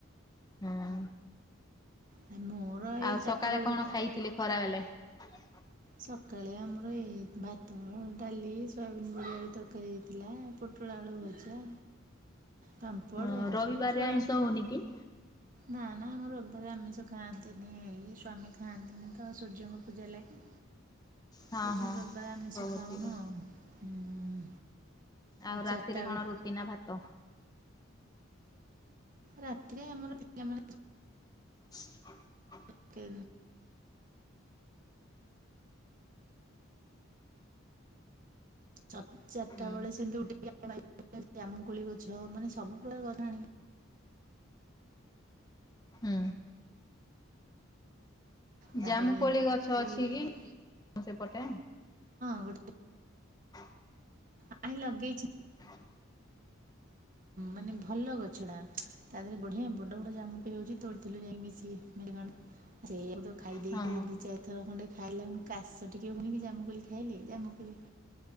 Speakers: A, on the left; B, on the right.
A: ହୁଁ।
B: ହଁ ମୋର
A: ଆଉ
B: ଏଇ
A: ସକାଳେ
B: ଚାରିଟା ବେଳୁ
A: କଣ ଖାଇଥିଲେ ଖରାବେଳେ। ହ <inaudible>
B: ସକାଳେ ଆମ ଆ ଏ ଭାତ ଆଉ ଡାଲି, ସୋୟାବିନ୍ ବଡି ଆଳୁ ତରକାରୀ ହେଇଥିଲା। ପୋଟଳ ଆଳୁ ଭଜା। ପାମ୍ପଡ଼
A: ହଁ
B: ଏମିତି
A: ରବିବାରରେ
B: ସବୁ ଛୁଆ
A: ଆଇଁଷ ହଉନି କି?
B: ନା ନା ରବିବାରେ ଆମିଷ ଖାଆନ୍ତିନି। ହୁଁ ସ୍ଵାମୀ ଖାଆନ୍ତିନି। ତ ସୂର୍ଯ୍ୟଙ୍କ ପୂଜା ଲାଗି।
A: ହଁ
B: ସେ
A: ହଁ
B: ଯୋଗୁ ରବିବାରେ ଆମିଷ
A: କହୁଥିଲେ।
B: ଖାଉନୁ ଆଉ। ହୁଁ
A: ଆଉ ରାତିରେ
B: ଚାରିଟା
A: କଣ?
B: ବେଳେ
A: ରୁଟି ନା ଭାତ।
B: ରାତିରେ ଆମର ପିଲାମାନେ
A: <unintelligible>
B: <unintelligible> ଚ ଚାରିଟା
A: ହୁଁ।
B: ବେଳେ ସିଏ ଡ୍ୟୁଟି ଜାମୁକୋଳି ଗଛ ମାନେ ସବୁ ପ୍ରକାର ଗଛ ଆଣିକି
A: ହୁଁ।
B: ତାପରେ
A: ଜାମୁକୋଳି ଗଛ ଅଛି
B: ହଁ
A: କି ସେପଟେ?
B: ବ।
A: ହ।
B: ଆଣି ଲଗେଇଛି।
A: ହଁ।
B: ମାନେ ଭଲ ଗଛ ଟା। ତା ବଢିଆ ବଡ଼ ବଡ଼ ଜାମୁକୋଳି ହେଉଛି। ତୋଳି ଥିଲି ଯାଇକି ମିଶି ମେ କାଣ। ସେଇଆ ତ ଖାଇ ଦେଇେଇକି
A: ହଁ ହଁ
B: ଦି ଚାରି ଥର ଖଣ୍ଡେ ଖାଇଲେନ। କାଶ ଟିକେ ହୁଏନି କି ଜାମୁକୋଳି କା ଖାଇଲେ ଜାମୁକୋଳି।